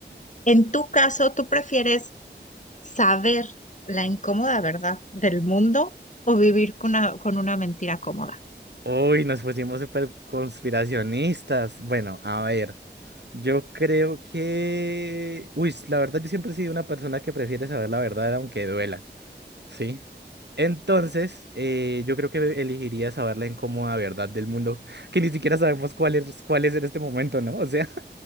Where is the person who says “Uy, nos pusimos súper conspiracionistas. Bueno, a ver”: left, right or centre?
Right